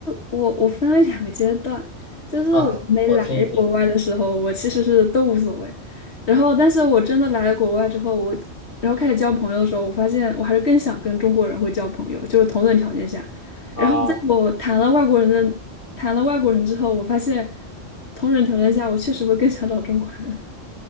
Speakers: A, on the left; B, on the left.
A: 我我分为两个阶段，就是我还没来国外的时候，
B: 啊，我听一听
A: 我其实是都无所谓，然后但是我真的来了国外之后，我然后开始交朋友的时候，我发现我还是更想跟中国人会交朋友，就是同等条件下。
B: 啊。
A: 然后在我谈了外国人的谈了外国人之后，我发现同等条件下，我确实会更想找中国人。